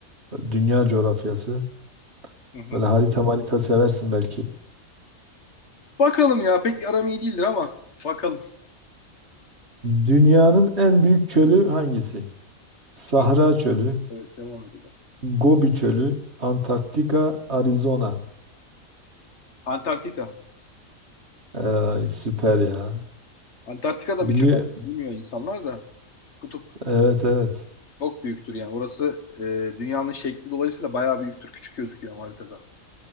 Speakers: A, on the right; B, on the left.
A: Dünya coğrafyası.
B: Hı hı.
A: Böyle harita marita seversin belki.
B: Bakalım ya. Pek aram iyi değildir ama. Bakalım.
A: Dünyanın en büyük çölü hangisi? Sahra
B: Film.
A: Çölü,
B: Evet devam edelim.
A: Gobi Çölü, Antarktika, Arizona.
B: Antarktika.
A: Ay, süper ya.
B: Antarktika'da
A: Biliyor.
B: bir çöl aslında. Bilmiyor insanlar da. Kutup
A: Evet evet.
B: Çok büyüktür yani. Orası e, dünyanın şekli dolayısıyla bayağı büyüktür. Küçük gözüküyor ama haritada.